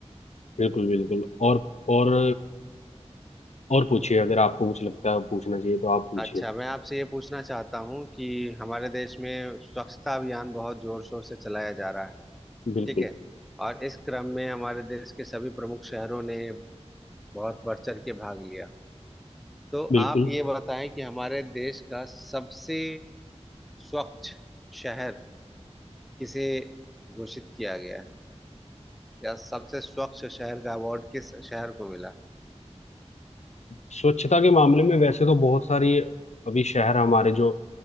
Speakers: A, on the left (about 75°); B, in the centre.
A: बिल्कुल बिल्कुल और और और पूछिए अगर आपको कुछ लगता है पूछना चाहिए तो आप पूछिए
B: अच्छा मैं आपसे ये पूछना चाहता हूँ कि हमारे देश में स्वच्छता अभियान बहुत जोर शोर से चलाया जा रहा है
A: बिल्कुल
B: ठीक है और इस क्रम में हमारे देश के सभी प्रमुख शहरों ने बहुत बढ़ चढ़ के भाग लिया तो
A: बिल्कुल
B: आप ये बताएं कि हमारे देश का सबसे स्वच्छ शहर किसे घोषित किया गया या सबसे स्वच्छ शहर का अवार्ड किस शहर को मिला
A: स्वच्छता के मामले में वैसे तो बहुत सारी अभी शहर हमारे जो